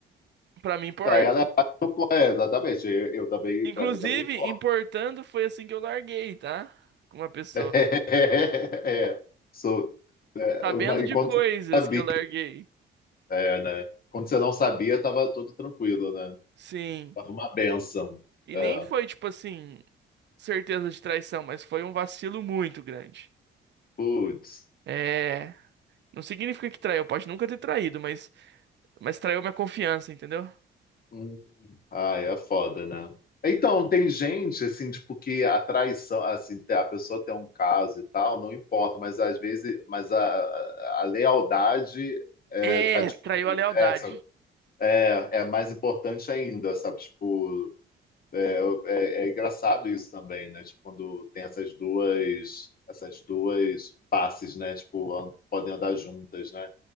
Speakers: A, on the right; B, on the left.
A: Pra mim, importa.
B: para ela, é, exatamente. Eu, eu também,
A: Inclusive,
B: para mim também importa.
A: importando foi assim que eu larguei, tá? Com uma pessoa.
B: <laughs> é. sou, é,
A: Sabendo
B: uma- enquanto
A: de coisas
B: você não sabia,
A: que eu larguei.
B: é, né? Quando você não sabia, estava tudo tranquilo, né?
A: Sim.
B: Tava uma bênção.
A: E
B: É.
A: nem foi, tipo assim, certeza de traição, mas foi um vacilo muito grande.
B: Putz.
A: É. Não significa que traiu, pode nunca ter traído, mas, mas traiu minha confiança, entendeu?
B: Hum. Ah, é foda, né? Então, tem gente, assim, tipo, que a traição, assim, a pessoa tem um caso e tal, não importa, mas às vezes, mas a, a a lealdade é,
A: É,
B: tá, dif-
A: traiu a lealdade.
B: é, é é mais importante ainda, sabe? Tipo, é, é, é engraçado isso também, né? Tipo, quando tem essas duas, essas duas passes, né? Tipo, an- podem andar juntas, né?